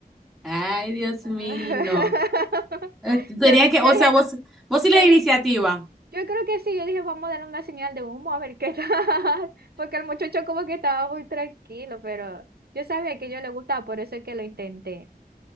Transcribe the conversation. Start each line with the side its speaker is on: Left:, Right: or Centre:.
Centre: Ay, Dios
Right: <laughs>
Centre: mío. Eh, Tenías
Right: Yo,
Centre: que,
Right: yo
Centre: o sea,
Right: dije,
Centre: vos,
Right: no,
Centre: vos sí la
Right: yo
Centre: iniciativa.
Right: dije, Yo creo que sí, yo dije, vamos a darle una señal de humo a ver qué tal, <laughs> porque el muchacho como que estaba muy tranquilo, pero yo sabía que yo le gustaba, por eso es que lo intenté.